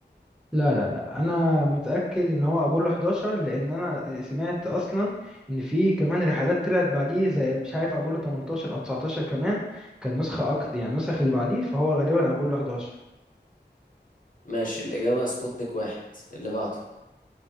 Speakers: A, in the centre; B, on the left.
A: لا لا لا انا متاكد ان هو ابولو 11 لان انا سمعت اصلا ان في كمان رحلات طلعت بعديه زي مش عارف ابولو 18 او 19 كمان كان نسخه اكتر يعني النسخ اللي بعديه فهو غالبا ابولو 11
B: ماشي الإجابة سبوتنيك واحد اللي بعده